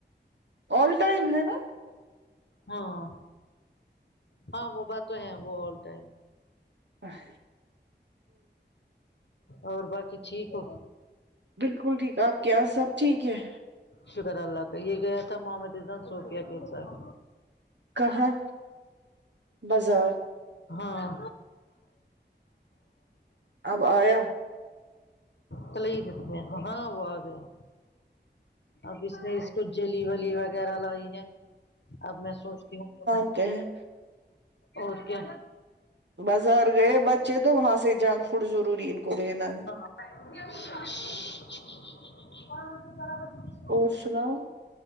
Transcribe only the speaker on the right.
آل ٹائم ہے نا
ا <inaudible>
بالکل ٹھیک آپ کے یہاں سب ٹھیک ہے
کہاں بازار
اب آیا
گۓ ہے
بازار گئے بچے تو وہاں سے جنک فوڈ ضروری ان کو دینا ہے
اور سناؤ